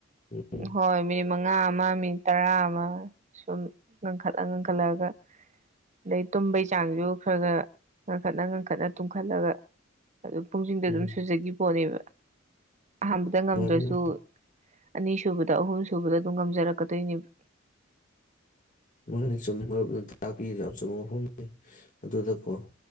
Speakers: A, on the left; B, on the right.
A: ꯎꯝ
B: ꯍꯣꯏ ꯃꯤꯅꯤꯠ ꯃꯉꯥ ꯃꯉꯥ ꯑꯃ ꯃꯤꯅꯤꯠ ꯇꯔꯥ ꯑꯃ ꯁꯨꯝ ꯉꯟꯈꯠꯂ ꯉꯟꯈꯠꯂꯒ ꯑꯗꯩ ꯇꯨꯝꯕꯩ ꯆꯥꯡꯁꯨ ꯈꯔ ꯈꯔ ꯉꯟꯈꯠꯅ ꯉꯟꯈꯠꯅ ꯇꯨꯝꯈꯠꯂꯒ ꯑꯗꯨꯝ ꯄꯨꯡꯁꯤꯗꯨ
A: ꯎꯝ
B: ꯑꯗꯨꯝ ꯁꯨꯖꯒꯤ ꯄꯣꯠꯅꯦꯕ ꯑꯍꯥꯟꯕꯗ ꯉꯝꯗ꯭ꯔꯁꯨ
A: ꯃꯥꯅꯤ
B: ꯑꯅꯤꯁꯨꯕꯗ ꯑꯍꯨꯝ ꯁꯨꯕꯗ ꯑꯗꯨꯝ ꯉꯝꯖꯔꯛꯀꯗꯣꯏꯅꯦꯕ
A: ꯃꯥꯅ ꯆꯨꯝꯃꯤ ꯃꯔꯨꯞꯅ ꯇꯥꯛꯄꯤꯔꯤꯗꯣ ꯌꯥꯝ ꯆꯨꯝꯕ ꯃꯐꯝꯅꯤ ꯑꯗꯨꯗꯀꯣ